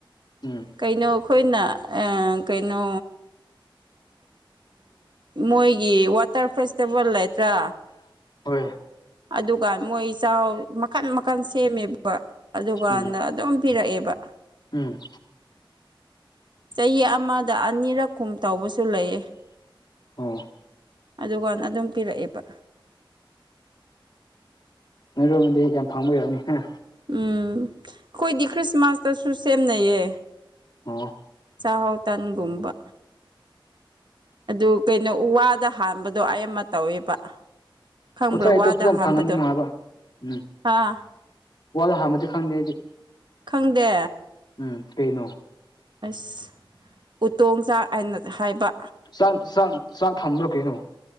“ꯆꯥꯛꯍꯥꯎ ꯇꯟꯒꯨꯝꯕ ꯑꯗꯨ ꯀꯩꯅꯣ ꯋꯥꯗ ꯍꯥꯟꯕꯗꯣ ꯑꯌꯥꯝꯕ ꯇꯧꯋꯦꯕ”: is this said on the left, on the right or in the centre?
Right